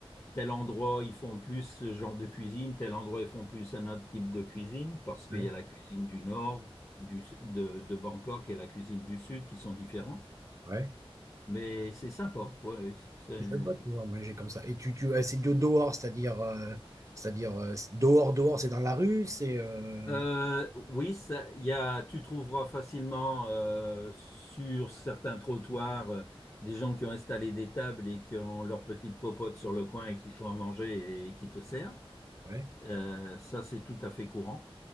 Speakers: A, on the left; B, on the right.
A: tel endroit, ils font plus ce genre de cuisine, tel endroit, ils font plus un autre type de cuisine, parce qu'il
B: Ouais,
A: y a la cuisine du nord, du, s- de, de Bangkok et la cuisine du sud qui sont différents.
B: ouais.
A: Mais c'est sympa, ouais, c'est,
B: C'est sympa de pouvoir manger comme ça. Et tu, tu, euh, c'est de dehors, c'est-à-dire, euh, c'est-à-dire euh, dehors, dehors, c'est dans la rue, c'est. euh,
A: Euh, oui, ça- il y a, tu trouveras facilement euh, sur certains trottoirs euh, des gens qui ont installé des tables et qui ont leur petite popote sur le coin et qui font à manger et qui te servent.
B: Ouais,
A: Euh, ça, c'est tout à fait courant.